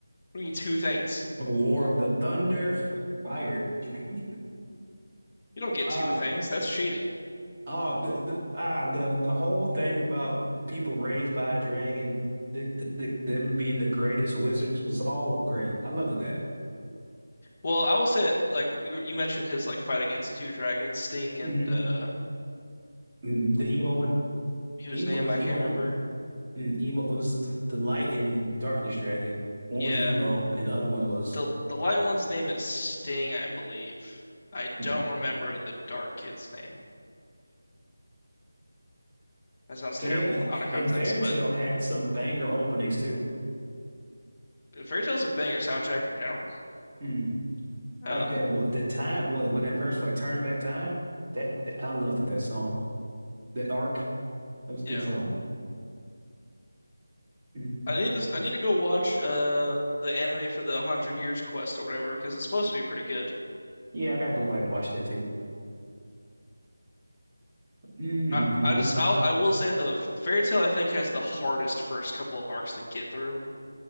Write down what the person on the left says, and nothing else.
do you mean two things?
You don't get
two things. That's cheating.
Well, I will say like you you mentioned his like fight against the two dragons, Sting
and uh
whose
name
I
can't remember.
Yeah,
the the light one's name is Sting, I believe. I
don't remember the dark kid's name. That sounds terrible
out of context,
but
Fairy Tail's a banger soundtrack in general.
Um,
you
know,
I need this. I need to go watch uh the anime for the Hundred Years Quest or whatever because it's supposed to be pretty good.
I I just I'll, I will say the Fairy Tail I think has the hardest first couple of arcs to get through.